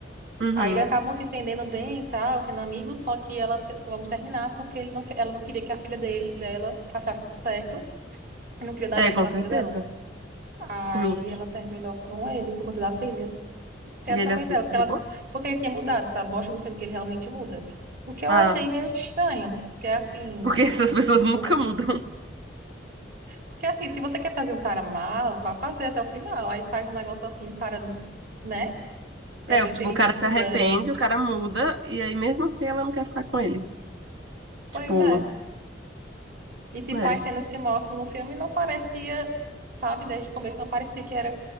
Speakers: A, on the right; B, on the right.
A: Uhum.
B: Aí eles acabam se entendendo bem e tal, sendo amigos, só que ela pensa, vamos terminar porque ele não, que- ela não queria que a filha dele, dela passasse tudo certo, e não queria dar
A: É,
B: exemplo
A: com
B: pra
A: certeza.
B: filha dela. Aí
A: Justo.
B: ela terminou com ele por conta da filha, que é
A: E
B: também
A: ele aceita
B: dela, porque,
A: de
B: ela,
A: boa?
B: porque ele tinha mudado, sabe? Mostra no filme que ele realmente muda. O que eu
A: Ah,
B: achei meio estranho, porque é assim,
A: porque <laughs> essas pessoas
B: tipo,
A: nunca mudam.
B: porque assim, se você quer fazer um cara mal, vá fazer até o final, aí faz um negócio assim, o cara, né? De
A: É,
B: repente
A: tipo,
B: ele
A: o cara
B: muda
A: se arrepende,
B: e.
A: o cara muda, e aí mesmo assim ela não quer ficar com ele.
B: Pois
A: Tipo,
B: é. E, tipo,
A: é.
B: as cenas que mostram no filme não parecia, sabe, desde o começo não parecia que era